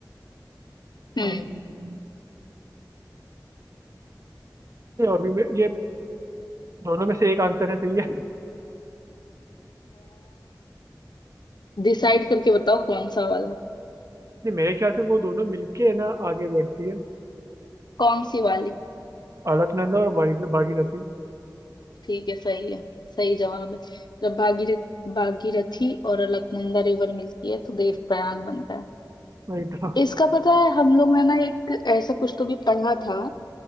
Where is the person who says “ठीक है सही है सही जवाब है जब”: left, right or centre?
Left